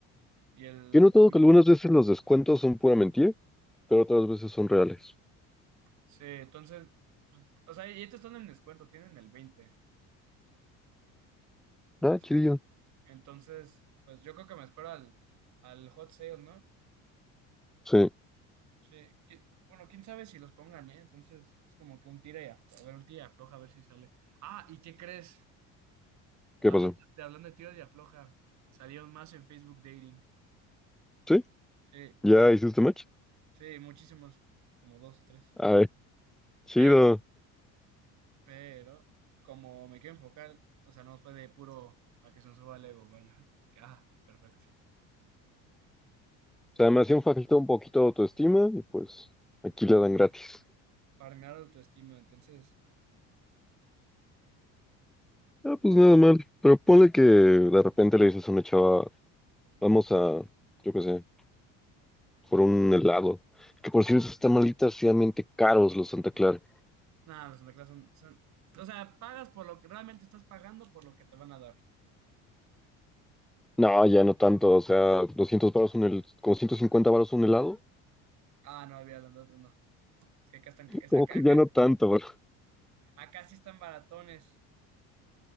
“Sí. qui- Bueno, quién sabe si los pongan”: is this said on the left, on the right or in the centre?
Right